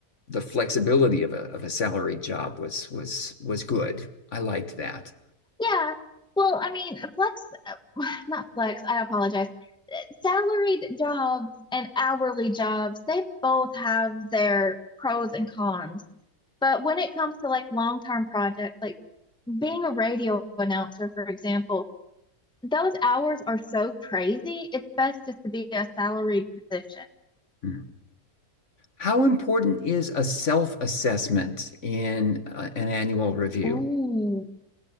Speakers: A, on the left; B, in the centre.
A: the flexibility of a of a salary job was was was good. I liked that.
B: Yeah. Well, I mean, flex, <sighs> not flex, I apologize. Salaried jobs and hourly jobs, they both have their pros and cons. But when it comes to like long-term projects, like being a radio announcer, for example, those hours are so crazy. It's best just to be a salaried position.
A: Hmm. How important is a self-assessment in uh, an annual review?
B: Ooh.